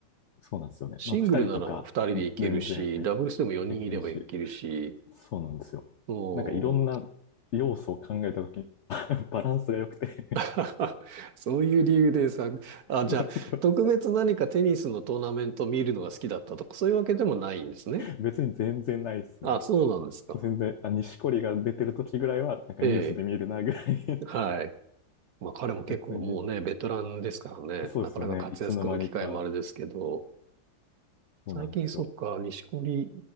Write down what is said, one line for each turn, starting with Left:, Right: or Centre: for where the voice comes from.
Left: そうなんですよね。
Right: シングルなら2人でいけるし、
Left: まあ、二人とか、全然
Right: ダブルスでも4人いればいけるし、
Left: できるし、そうなんですよ。
Right: もう、
Left: なんかいろんな要素を考えたときに、<laughs> バランスが良くて
Right: <laughs> そういう理由でさ、あ、じゃあ、
Left: <laughs>
Right: 特別何かテニスのトーナメント見るのが好きだったとか、そういうわけでもないんですね。
Left: 別に全然ないですね。
Right: あ、そうなんですか。
Left: 全然、あ、錦織が出てるときぐらいは、なんかニュースで見るなぐらい
Right: ええ。はい。まあ彼も結構もうね、
Left: <laughs> 別に、
Right: ベテランですからね、
Left: そうですよね。
Right: なかなか活躍の機会もあれですけど、
Left: いつの間にか、そうなんですよ。
Right: 最近そっか、錦織、